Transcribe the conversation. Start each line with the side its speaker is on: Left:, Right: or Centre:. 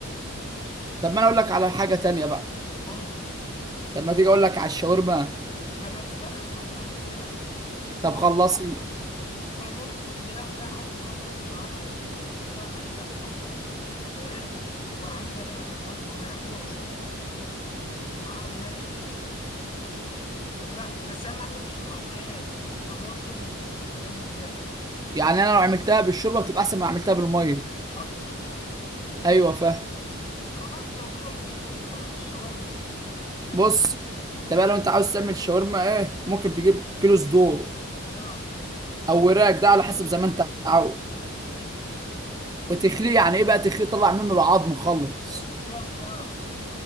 Right: طب ما انا اقول لك على حاجه تانية بقى
Left: قول لي
Right: طب ما تيجي اقول لك على الشاورما
Left: طب ما تستنى بس انا كملت لك
Right: طب
Left: أو...
Right: خلص ال-
Left: فالمهم وتجي رايح بقى حاشي الحاجه دي يا معلم تجي رايح حاططها في حله وايه وعاملها بقى ما تعملهاش بميه اعملها بشوربه ومعاها مرقه دجاج تجرح بس اهم حاجه تفرش الارضيه آه، طماطم و- وكلام من ده
Right: يعني انا لو عملتها بالشوربه بتبقى احسن ما عملتها بالميه
Left: اكتر
Right: ايوه فاهم
Left: خلاص لو كده ممكن تقول لي طريقه الشاورما
Right: بص طب لو انت عاوز تعمل شاورما ايه ممكن تجيب كيلو صدور
Left: اه
Right: او وراك ده على حسب زي ما انت عاوز
Left: ايوه
Right: وتخليه يعني ايه بقى تخليه تطلع منه العظم خالص
Left: بالظبط اه